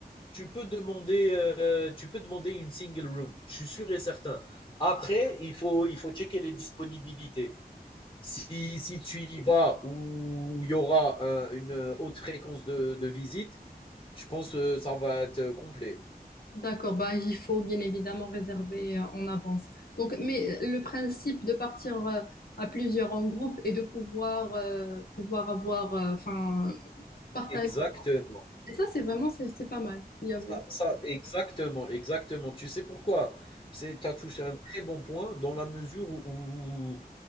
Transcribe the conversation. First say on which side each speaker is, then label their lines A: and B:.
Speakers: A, on the left; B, on the left.
A: tu peux demander, euh, tu peux demander une single room. Je suis sûr et certain. Après, il faut, il faut checker les disponibilités. Si, si tu y vas où il y aura euh, une haute fréquence de, de visite, je pense que ça va être complet.
B: D'accord, bah, il faut bien évidemment réserver euh, en avance. Donc, mais le principe de partir euh, à plusieurs en groupe et de pouvoir, euh, pouvoir avoir, euh, enfin, partager,
A: Exactement.
B: et ça, c'est vraiment, c'est c'est pas mal. Il y
A: Ça,
B: a-
A: ça, exactement, exactement. Tu sais pourquoi? C'est, tu as touché un très bon point dans la mesure où, où,